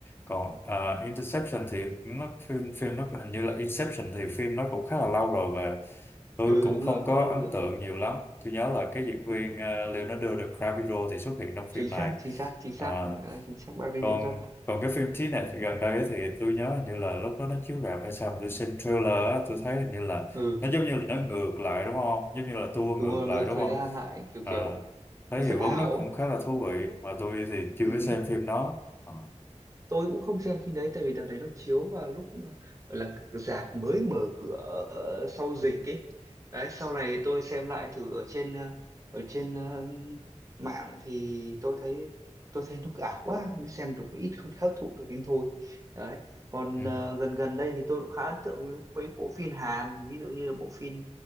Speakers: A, on the left (about 20°); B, on the right (about 25°).
A: còn à, Interception thì nó phim phim nó hình như là Inception thì phim nó cũng khá là lâu rồi và tôi
B: ừ
A: cũng
B: đúng
A: không
B: rồi
A: có
B: khá lâu
A: ấn
B: rồi
A: tượng nhiều lắm tôi nhớ là cái diễn viên à, Leonardo DiCaprio thì xuất hiện trong phim
B: chính xác
A: này
B: chính xác chính xác
A: Ờ,
B: à, chính xác bác đây
A: còn
B: diễn xuất
A: còn cái phim Trí Nè gần đây ấy thì tôi nhớ hình như là lúc đó nó chiếu rạp hay sao mà tôi xem trailer á, tôi thấy hình như là
B: ừ
A: nó giống như là nó ngược lại đúng không giống như là tua ngược
B: đúng rồi
A: lại
B: ngược
A: đúng
B: thời
A: không
B: gian lại kiểu
A: à,
B: kiểu
A: thấy
B: nó rất
A: hiệu
B: ảo
A: ứng nó cũng
B: ấy.
A: khá là thú vị mà tôi thì chưa
B: Ừ.
A: có xem phim đó Ờ,
B: tôi cũng không xem phim đấy tại vì đợt đấy nó chiếu vào lúc gọi là rạp mới mở cửa ờ, sau dịch ấy đấy sau này tôi xem lại thử ở trên ờ, ở trên ờ, mạng thì tôi thấy tôi thấy nó ảo quá nó xem được một ít không thể hấp thụ được đến thôi đấy còn
A: ừ.
B: ờ, gần gần đây thì tôi cũng khá ấn tượng với với bộ phim Hàn ví dụ như là bộ phim